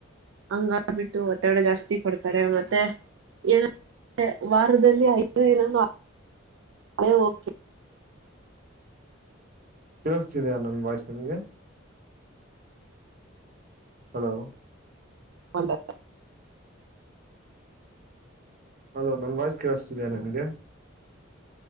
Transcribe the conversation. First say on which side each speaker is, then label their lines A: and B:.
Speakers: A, on the right; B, on the right.
A: ಹಂಗ ಬಿಟ್ಟು ಒತ್ತಡ ಜಾಸ್ತಿ ಕೊಡ್ತಾರೆ ಮತ್ತೆ ಏನ ವಾರದಲ್ಲಿ ಐದು ದಿನನು ಹ ಓಕೆ
B: ಕೇಳಿಸತಿದಿಯ ನನ್ನ ವಾಯ್ಸ್ ನಿಮಗೆ ಹಲೋ
A: ಒಂದ
B: ಅದು ನನ್ ವಾಯ್ಸ್ ಕೇಳಿಸ್ತಿದಯ ನಿಮಗೆ